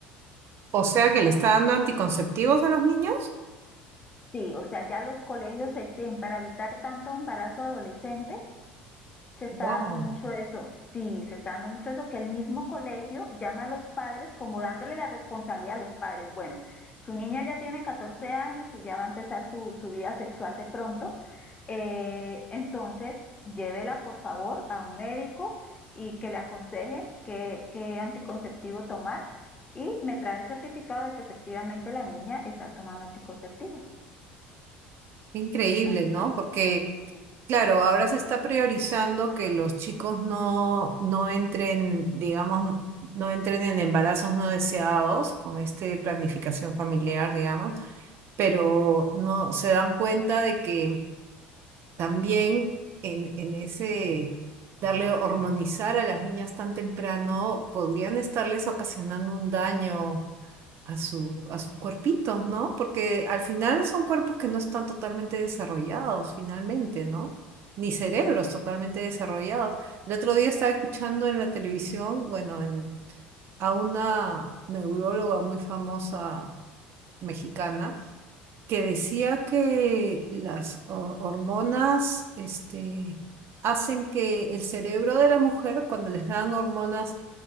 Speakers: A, on the right; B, on the left.
A: O sea que le está dando anticonceptivos a los niños.
B: Sí, o sea, ya los colegios exigen para evitar tanto embarazo adolescente, se está
A: Wow,
B: dando mucho eso. Sí, se está dando mucho eso, que el mismo colegio llama a los padres como dándole la responsabilidad a los padres. Bueno, su niña ya tiene 14 años y ya va a empezar su, su vida sexual de pronto, eh, entonces llévela por favor a un médico y que le aconseje qué, qué anticonceptivo tomar y me trae el certificado de que efectivamente la niña está tomando anticonceptivos.
A: increíble,
B: Imagínate,
A: ¿no? Porque,
B: sí,
A: claro, ahora se está priorizando que los chicos no, no entren, digamos, no entren en embarazos no deseados con esta planificación familiar, digamos, pero no se dan cuenta de que también en, en ese darle hormonizar a las niñas tan temprano podrían estarles ocasionando un daño a su, a sus cuerpitos, ¿no? Porque al final son cuerpos que no están totalmente desarrollados, finalmente, ¿no? Ni cerebros totalmente desarrollados. El otro día estaba escuchando en la televisión, bueno, en el- a una neuróloga muy famosa mexicana que decía que las ho- hormonas, este, hacen que el cerebro de la mujer, cuando les dan hormonas